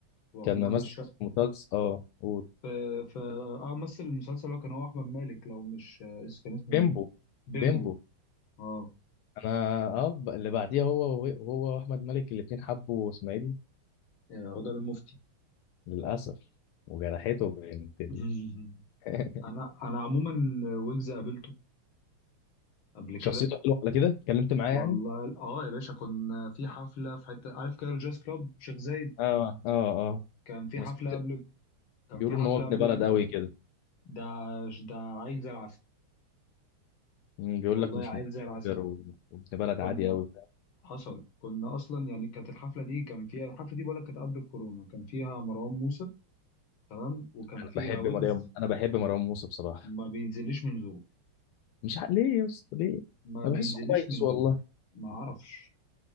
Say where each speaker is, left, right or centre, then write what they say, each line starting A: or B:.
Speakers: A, on the left (about 70°); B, on the left (about 85°).
A: وعموما
B: كان ممثل
A: الشق
B: في مسلسل اه قول
A: ف ف اه مثل المسلسل هو كان هو احمد مالك لو مش آه، اس- كان اسمه
B: بيمبو
A: ايه بيمبو
B: بيمبو
A: اه
B: انا اه ب- اللي بعديها هو هو واحمد مالك الاتنين حبوا اسماعيل
A: آه، هدى المفتي
B: للاسف وجرحته بنت
A: <laughs>
B: ال- <laughs>
A: انا انا عموما ويجز قابلته قبل
B: شخصيته
A: كده
B: حلوه على كده اتكلمت معاه
A: والله
B: يعني
A: اه يا باشا كنا في حفله في حته عارف كايرو جاز كلوب شيخ زايد
B: اه اه اه
A: كان في
B: ناس
A: حفله
B: بت-
A: قبل كان
B: بيقولوا
A: في حفله
B: ان هو ابن
A: قبل
B: بلد
A: ال-
B: قوي كده
A: ده ده عيل زي العسل
B: مم، بيقول
A: والله
B: لك مش
A: عيل
B: متكبر
A: زي العسل
B: و- وابن بلد
A: كنا
B: عادي قوي
A: حصل كنا اصلا يعني كانت الحفله دي كان فيها الحفله دي بقولك كانت قبل الكورونا كان فيها مروان موسى تمام وكان
B: انا
A: فيها
B: بحب
A: ويجز
B: مريم انا بحب مروان موسى بصراحه
A: ما بينزلش من زور
B: مش عارف ليه يا اسطى ليه
A: ما بينزلش
B: انا بحسه كويس
A: من
B: والله
A: زور ما اعرفش